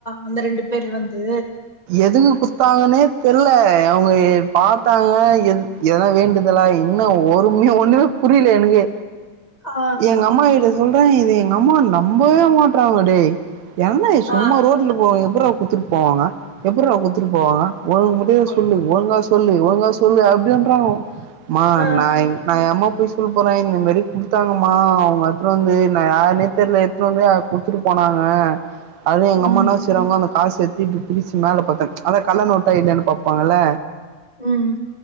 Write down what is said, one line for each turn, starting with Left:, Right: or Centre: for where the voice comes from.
Left: அந்த ரெண்டு பேரு வந்து
Right: எதுக்கு குட்த்தாங்கன்னே தெர்யல அவங்க பார்த்தாங்க எது இதல்லா வேண்டுதல்லா இன்னு ஒரும்யு ஒண்ணுமே புரியல எனக்கே
Left: ஆ
Right: எங்க அம்மாகிட்ட சொல்றே எங்க அம்மா நம்பவே மாட்றாங்க டே என்ன சும்மா
Left: ஆ
Right: ரோட்ல போ எப்பட்ரா குடுத்துட்டு போவாங்க எப்பட்ரா குடுத்துட்டு போவாங்க ஒழுங்கு ம்
Left: ஆமா
Right: சொல்லு ஒழுங்கா சொல்லு ஒழுங்க சொல்லு அப்டின்றா மா
Left: ஆ
Right: நா இன்னை நா ஏம்மா பொய் சொல்ல போறே இந்த மாரி கொடுத்தாங்கம்மா அவங்க அத்த வந்து நா யாருனே தெரியல அத்த வந்து கொடுத்துட்டு போனாங்க அதுவு எங்க
Left: ம்
Right: அம்மானா சிறவங்க அந்த காசு தீப்பி பிரிச்சு மேல பாத்தோ அத கள்ள நோட்டா இல்லைன்னு பாப்பாங்கல்ல
Left: ம்